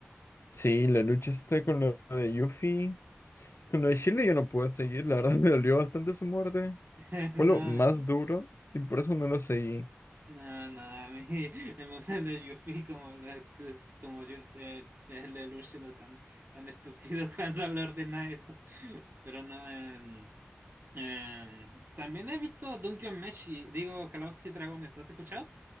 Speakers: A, on the left (about 75°); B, on the right (about 55°).
A: Sí, la lucha está con lo de Yuffie. Con lo de Shield yo no pude seguir, la verdad <laughs> me dolió bastante su muerte.
B: <laughs>
A: Fue
B: No.
A: lo más duro y por eso no lo seguí.
B: No, no, a mí <laughs> el momento de Yuffie como, la- como yo, eh, el Lelouch siendo tan, tan estúpido <laughs> cuando le ordena eso. Pero no, em, em, también he visto Dungeon Meshi, digo, Calabozos y Dragones, ¿lo has escuchado?